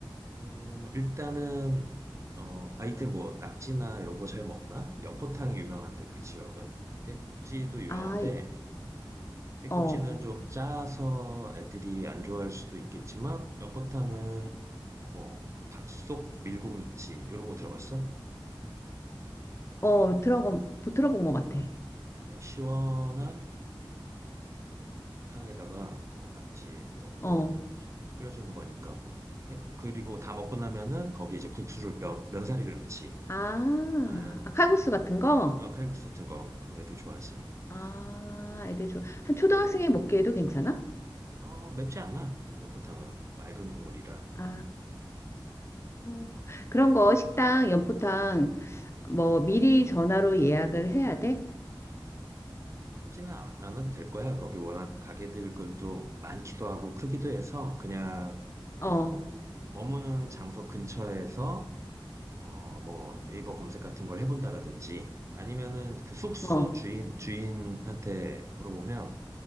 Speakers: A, on the right; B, on the left.
A: 어, 일단은 어, 아이들 뭐 낙지나 이런 거 잘 먹나? 연포탕이 유명한데 그 지역은 깨국지도 유명한데
B: 아,
A: 깨국지는
B: 어,
A: 좀 짜서 애들이 안 좋아할 수도 있겠지만 연포탕은 뭐 박속 밀국 낙지 이런 거 들어봤어?
B: 어, 들어본, 들어본 것 같아.
A: 그냥 시원한 무탕에다가 뭐 낙지 넣고
B: 어,
A: 끓여주는 거니까. 예, 그리고 다 먹고 나면은 거기 이제 국수를 면, 면사리를 넣지.
B: 아,
A: 응,
B: 아, 칼국수 같은 거?
A: 응. 어, 칼국수 같은 거. 그럼 애들 좋아하지.
B: 아, 애들 좋아. 한 초등학생이
A: 응.
B: 먹기에도 괜찮아?
A: 어, 맵지 않아. 그냥 보통은 맑은 국물이라.
B: 아, 어. 그런 거 식당, 연포탕
A: 응.
B: 뭐 미리 전화로 예약을 해야 돼?
A: 꼭 하지는 아- 않아도 될 거야. 거기 워낙 가게들 것도 많기도 하고 크기도 해서 그냥
B: 어,
A: 뭐 머무는 장소 근처에서 어, 뭐 네이버 검색 같은 걸 해본다라든지 아니면은 그 숙소
B: 어,
A: 주인 주인한테 물어보면